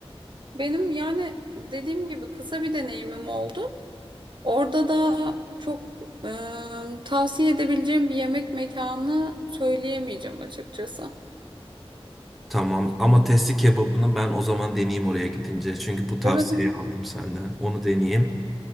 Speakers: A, on the right; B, in the centre.
A: Benim yani dediğim gibi kısa bir deneyimim oldu. Orada da çok e, tavsiye edebileceğim bir yemek mekanı söyleyemeyeceğim açıkçası.
B: Tamam ama testi kebabını ben o zaman deneyeyim oraya gidince. Çünkü bu tavsiyeyi
A: Evet, evet.
B: aldım senden. Onu deneyeyim.